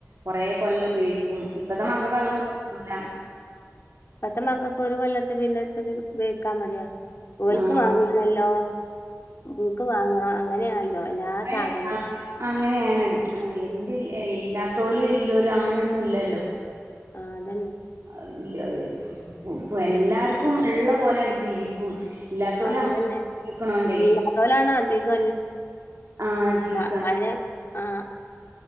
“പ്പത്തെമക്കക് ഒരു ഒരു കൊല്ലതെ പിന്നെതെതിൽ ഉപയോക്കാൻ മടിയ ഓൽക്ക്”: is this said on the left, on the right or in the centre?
Left